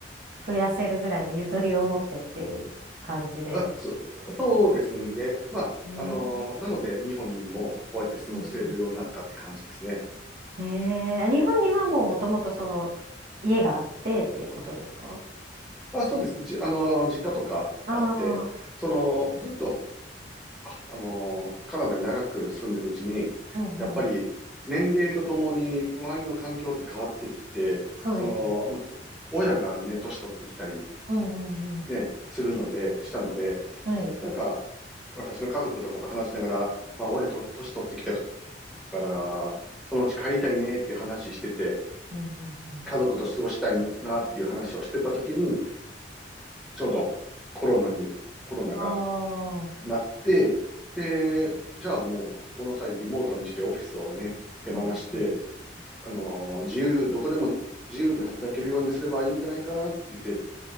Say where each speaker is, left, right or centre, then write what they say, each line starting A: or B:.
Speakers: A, on the right; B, in the centre.
A: 増やせるぐらいのゆとりを持ってっていう感じで。
B: あ、そ、そうですね。まあ、
A: ね。
B: あのーなので、日本にもこうやって過ごせるようになったって感じですね。
A: うんうん。えー、日本にはもうもともとその、家があってっていうことですか
B: まあ、そうです。じ、あのー実家とかあって、
A: ああ
B: その、ずっとあの、カナダに長く住んでるうちに、
A: ー、うんうん。
B: やっぱり年齢とともに周りの環境って変わってきて、
A: そうですね。
B: その、もうち親がね、年取ってきたり、
A: うんうんうん。
B: ね、するので、したので、
A: はい。
B: なんか、私の家族とかと話しながら、まあ、親と年取ってきたから、そのうち帰りたいねっていう話してて、
A: うんうんうん。
B: 家族と過ごしたいなっていう話をしてた時に、ちょうどコロナに、コロナが
A: ああー、
B: なって、で、じゃあもう、この際リモートにしてオフィスをね、手放して、
A: うんうん。
B: あのー自由、どこでも自由で働けるようにすればいいんじゃないかなって言って